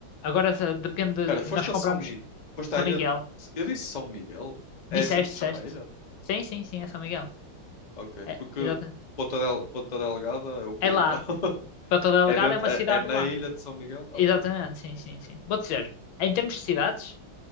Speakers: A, on the left; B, on the left.
A: Agora se- depende,
B: pera
A: de-
B: foste
A: nós
B: a
A: compramos
B: São Miguel. Foste
A: São
B: à ilha.
A: Miguel.
B: de- Eu disse São Miguel?
A: Disseste,
B: É assim que se
A: disseste.
B: chama a ilha?
A: Sim, sim, sim, é São Miguel.
B: Ok,
A: É,
B: porque
A: exatamente.
B: Ponta, Del... Ponta Delgada é o quê
A: É lá.
B: então? <laughs>
A: Para toda Algada
B: É, dentro...
A: é uma
B: é,
A: cidade
B: é na
A: lá.
B: ilha de São Miguel? Ok,
A: Exatamente,
B: ok.
A: sim, sim, sim. Vou dizer, em termos de cidades,